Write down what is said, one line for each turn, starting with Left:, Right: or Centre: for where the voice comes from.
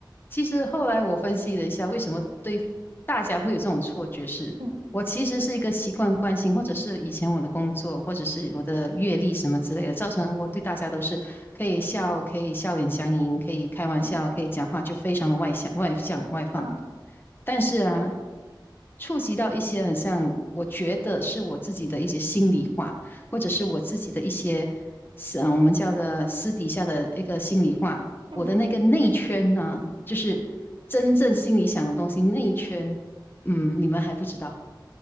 Left: 其实后来我分析了一下，为什么对大家会有这种错觉是，
Right: 嗯，
Left: 我其实是一个习惯惯性，或者是以前我的工作，或者是我的阅历什么之类的，造成我对大家都是可以笑，可以笑脸相迎，可以开玩笑，
Right: 对，
Left: 可以讲话，就非常的外向、外向、外放。
Right: 嗯
Left: 但是啊，触及到一些很像我觉得是我自己的一些心里话，或者是我自己的一些，嗯，我们叫的私底下的一个心里话。
Right: 嗯。
Left: 我的那个内圈呢，就是真正心里想的东西，内圈，嗯，你们还不知道。